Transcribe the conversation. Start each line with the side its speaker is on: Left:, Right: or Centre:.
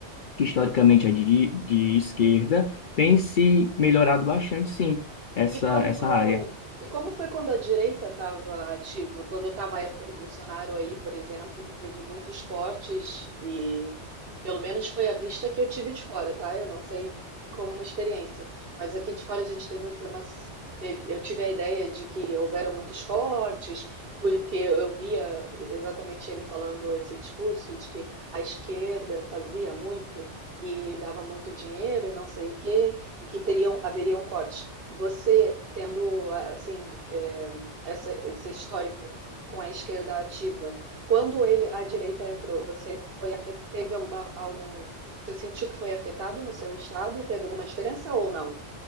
Left: que historicamente é de, de esquerda, tem se melhorado bastante, sim, essa,
Right: E quando.
Left: essa área.
Right: E como foi quando a direita estava ativa? Quando estava a época do Bolsonaro aí, por exemplo, que teve muitos cortes e pelo menos foi a vista que eu tive de fora, tá? Eu não sei como experiência, mas aqui de fora a gente teve informação, eu tive a ideia de que houveram muitos cortes, porque eu via exatamente ele falando esse discurso de que a esquerda fazia muito e dava muito dinheiro, e não sei o quê, e que teriam, haveria um corte. Você tendo assim é, essa, esse histórico com a esquerda ativa, quando ele a direita entrou, você foi teve alguma algum você sentiu que foi afetado no seu estado? Teve alguma diferença ou não?